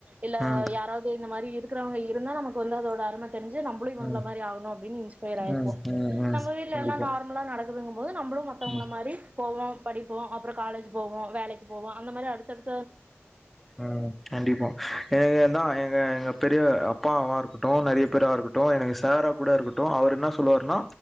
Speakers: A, on the right; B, in the centre.
A: இல்ல
B: ம்
A: யாராவது இந்த மாரி இருக்கிறவுங்க இருந்தா நமக்கு வந்து அதோட அரும தெரி்ஞ்சு நம்மளு இவங்கள
B: ம் ம்
A: மாரிஆகணு அப்படின்னு இன்ஸ்பயர் ஆயிருப்போ
B: ம் ம்
A: நம்மவீட்லலா
B: கண்டிப்பா
A: நார்மலா நடக்க <unintelligible> போது நம்மளு மத்தவங்கள
B: ம்
A: மாரி போவோ படிப் போ அப்புற காலேஜ் போவோ வேலைக்கு போவ அந்த மாரி அடு த்த
B: உ கண்டிப்பா எனக்கு அந் தா எங்க எங்க பெரிய அப்பாவா இருக்கட்டு நறையா பேரா இருக்கட்டு எனக்கு சாரா கூட இருக்கட்டு அவர் என்ன சொல்லுவாருனா